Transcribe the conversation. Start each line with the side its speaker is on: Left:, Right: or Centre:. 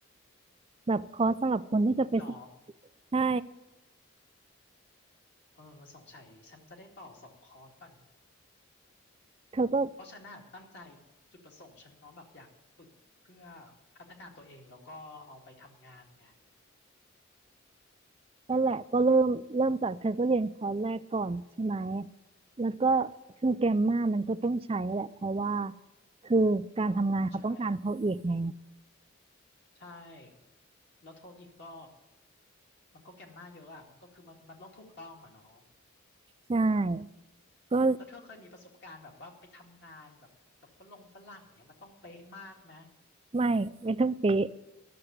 Right: แบบคอร์สสำหรับคนที่จะไปสอบ
Left: หรอ
Right: ใช่
Left: เออสงสัยฉันจะได้ต่อสองคอร์สป่ะเนี่ย
Right: เธอก็
Left: เพราะฉันน่ะตั้งใจจุดประสงค์ฉันเน้อมแบบอยากฝึกเพื่อพัฒนาตัวเองแล้วก็เอาไปทำงานไง
Right: นั่นแหละก็เริ่มเริ่มจากเธอก็เรียนคอร์สแรกก่อนใช่ไหมแล้วก็คือแกมมามันก็ต้องใช้แหละเพราะว่าคือการทำงานเขาต้องการโทอีกไง
Left: ต้องใช้ใช่แล้วโทอีกก็มันก็แกมมาเยอะอ่ะมันก็คือมันมันต้องถูกต้องอ่ะเนาะ
Right: ใช่
Left: อืม
Right: ก็
Left: แล้วเธอเคยมีประสบการณ์แบบว่าไปทำงานแบบกับฝรั่งฝรั่งเนี่ยมันต้องเป๊ะมากไหม
Right: ไม่ไม่ต้องเป๊ะ